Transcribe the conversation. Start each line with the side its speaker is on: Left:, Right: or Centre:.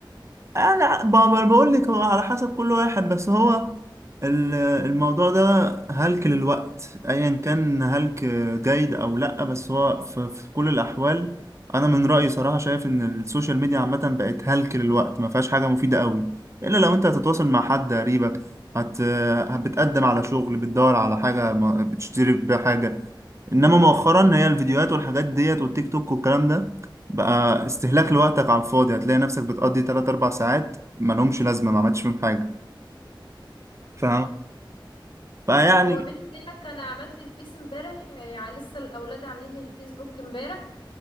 Right: آه لا ب- ب- بقول لك هو على حسب كل واحد بس هو ال- الموضوع ده هلك للوقت ايا كان هلك جيد او لا بس هو في, في كل الاحوال انا من رايي صراحه شايف ان السوشيال ميديا عامه بقت هلك للوقت ما فيهاش حاجه مفيده قوي الا لو انت هتتواصل مع حد قريبك هت بتقدم على شغل بتدور على حاجه ما- بتشتري بيها حاجه انما مؤخرا هي الفيديوهات والحاجات ديت والتيك توك والكلام ده بقى استهلاك لوقتك على الفاضي هتلاقي نفسك بتقضي 3 4 ساعات ما لهمش لازمه ما عملتش فيهم حاجه فاهم
Left: امم
Right: فيعني
Left: هو بيني وبينك انا عملت الفيس امبارح آه، يعني لسه الاولاد عاملين لي الفيسبوك امبارح